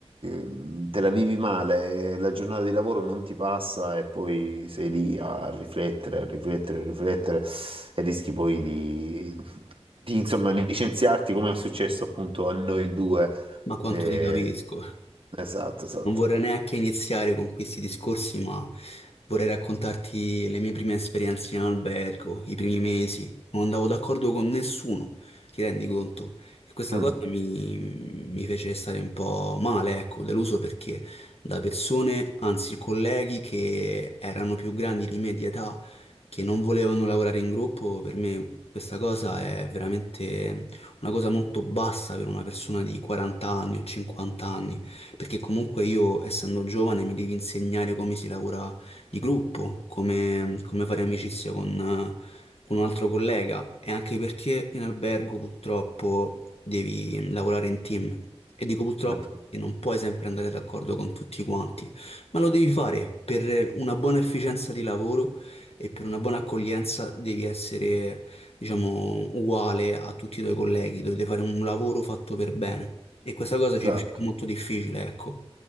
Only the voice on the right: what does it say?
mh, te la vivi male, eh, la giornata di lavoro non ti passa e poi sei lì a riflettere, a riflettere, a riflettere e rischi poi di, di, insomma, licenziarti come è successo appunto a noi due.
Eh,
esatto, esatto.
Mm,
esatto.
esatto.